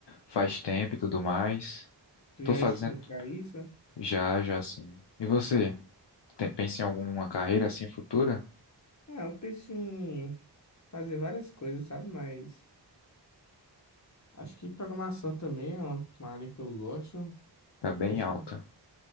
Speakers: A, on the left (about 70°); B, on the left (about 40°).
A: faz tempo e tudo mais.
B: Tu
A: Tô
B: já
A: fazendo
B: estuda pra isso?
A: já, já assim. E você? Tem- pensa em alguma carreira assim futura?
B: Ah, eu penso em fazer várias coisas, sabe? Mas. Acho que programação também é uma uma área que eu gosto.
A: Tá bem
B: Penso,
A: alta,